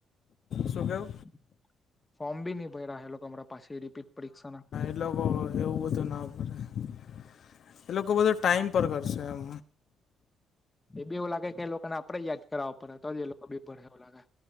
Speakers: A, on the left; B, on the left.
A: શું કેવું
B: <unintelligible> ફોર્મ ભી ની ભઈરા હે લોકો હમણાં પાછી રિપીટ પરીક્ષા ના.
A: એ લોકો એવું બધું ના કરે. <unintelligible> એ લોકો બધું ટાઈમ પર કરશે એમ.
B: એ બી ઓલાં કાંઈક એ લોકોને આપણે યાદ કરાવવા પડે, તો જ એ લોકો <unintelligible> ભરે એવું લાગે.